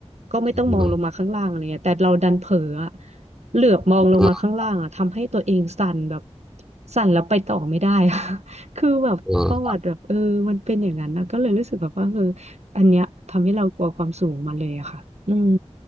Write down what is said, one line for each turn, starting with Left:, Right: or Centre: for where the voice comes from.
Right: ก็ไม่ต้องมองลงมาข้างล่างอะไรเงี้ยแต่เราดันเผลออะ
Centre: อืม
Right: เหลือบมองลงมาข้างล่างอะทำให้ตัวเองสั่นแบบ
Centre: อืม
Right: สั่นแล้วไปต่อไม่ได้อะ <laughs> คือแบบประวัติแบบเออมันเป็นอย่างนั้นนะก็เลยรู้สึกแบบว่าเออ
Centre: อืม
Right: อันเนี้ยทำให้เรากลัวความสูงมาเลยอะค่ะอืม